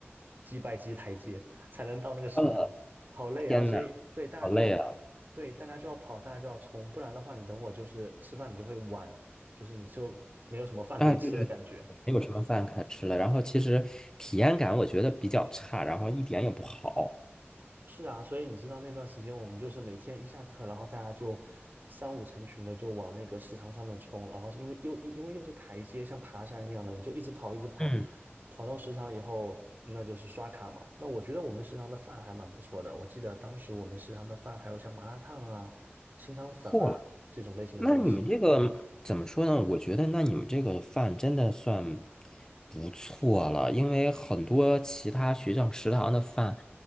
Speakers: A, on the right (about 45°); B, on the left (about 15°).
A: 几百级台阶才能到那个食堂，
B: 呃，
A: 好累啊，
B: 天呐，
A: 所以对大家就要，
B: 好累啊！
A: 对大家就要跑，大家就要冲，不然的话，你等会就是吃饭你就会晚，就是你就没有什么饭可以吃的感觉。
B: 啊，对对对，没有什么饭可吃了。然后其实体验感我觉得比较差，然后一点也不好。
A: 是啊，所以你知道那段时间我们就是每天一下课，然后大家就三五成群的就往那个食堂上面冲，然后是因为又因为又是台阶，像爬山一样的，你就一直跑一直跑，
B: 嗯，
A: 跑到食堂以后，那就是刷卡嘛。那我觉得我们食堂的饭还蛮不错的，我记得当时我们食堂的饭还有像麻辣烫啊、清汤粉啊这种类型的东西。
B: 嚯，那你们这个怎么说呢？我觉得，那你们这个饭真的算不错了，因为很多其他学校食堂的饭，